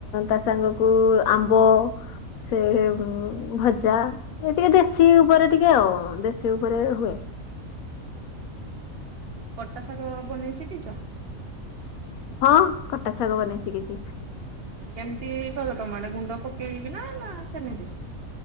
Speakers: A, on the left (about 80°); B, on the right (about 55°).
A: ତା ସାଙ୍ଗକୁ ଆମ୍ବ ସେ ଭଜା ଏ ଟିକେ ଦେ ଦେଶି ଉପରେ ଟିକେ ଆଉ ଦେଶୀ ଉପରେ ହୁଏ
B: <inaudible> କଟା ଶାଗ ବନେଇ ସିଖିଛ?
A: ହଁ କଟା ଶାଗ ବନେଇ ଶିଖିଛି।
B: କେମିତି କର ତମ ଆଡେ ଗୁଣ୍ଡ ପକେଇବି ନା ନା ସେମିତି